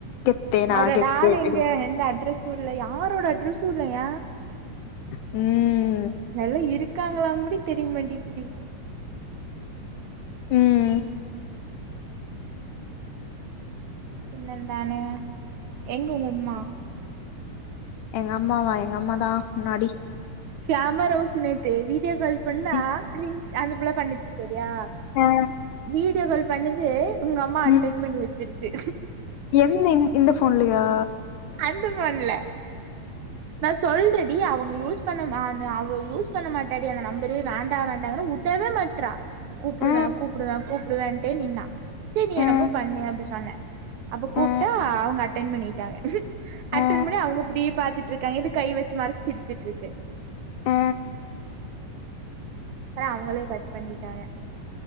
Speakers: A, on the left; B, on the right.
A: கெத்து நா
B: அவரோட
A: கெத்து
B: ஆளு எங்க
A: அப்டின்
B: எந்த அட்ரஸ்ஸு இல்ல யாரோட அட்ரஸ்ஸு இல்லங்க
A: ம்
B: மொல்ல இருக்காங்களானு குட தெரியமாட்டிகிது
A: ம்
B: என்னதானோ எங்க ஒங்கம்மா
A: எங்கம்மாவா எங்கம்மாதா முன்னாடி
B: கேமராசினது நேத்து வீடியோ கால் பண்ணா
A: ம்
B: அந்தபுள்ள பண்ணுச்சு சேரியா
A: ஆ
B: வீடியோ கால் பண்ணுது உங்க அம்மா அட்டன்
A: ம்
B: பண்ணி வச்சிருச் து
A: எந்த இந்த போன்லையா
B: அந்த போன்ல நா சொல்றன் டி அவங்க யூஸ் பண்ண ம ந அவ யூஸ் பண்ண மாட்டாடி அந்த நம்பரூ வேண்டா வேண்டாங்க விடவே மாட்டறா கூப்பிடுவே
A: ஆ
B: கூப்பிடுவே கூப்பிடுவேன்டே நின்னா சேரி நீ
A: ஆ
B: என்னமோ பண்ணு அப்டி சொன்ன அப்ப கூப்பிட்டா
A: ஆ
B: அவங்க அட்டன் பண்ணிட்டாக அட்டன்
A: ஆ
B: பண்ணி அவங்க இப்டியே பாத்துட்டுருக் கை வச்சு மறைச்சு சிரிச்சுட்டு இருக்கு
A: ஹ
B: பாத்தா அவங்களே கட் பண்ணிட்டாக